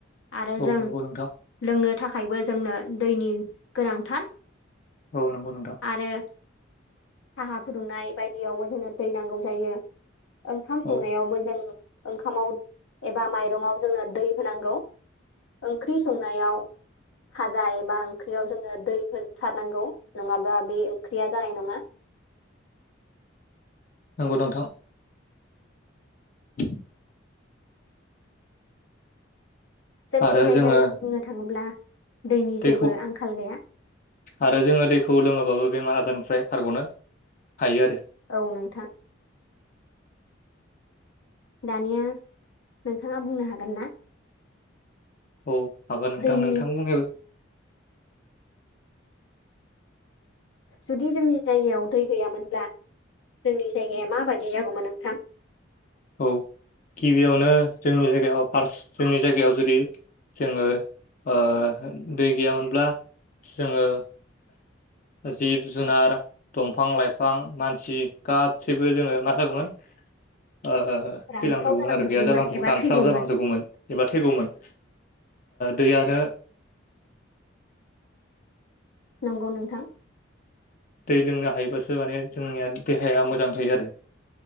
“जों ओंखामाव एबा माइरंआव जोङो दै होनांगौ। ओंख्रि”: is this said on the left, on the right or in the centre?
Left